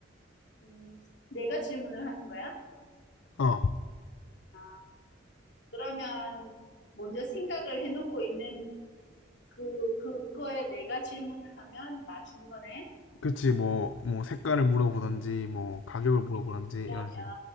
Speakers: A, on the left; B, on the left.
A: 음, 내가 질문을 하는 거야?
B: 어,
A: 아, 그러면 먼저 생각을 해놓고 있는 그, 그, 그거에 내가 질문을 하면 맞추는 거네?
B: 그렇지. 뭐, 뭐 색깔을 물어보던지, 뭐 가격을 물어보던지
A: 그러면
B: 이런 식으로.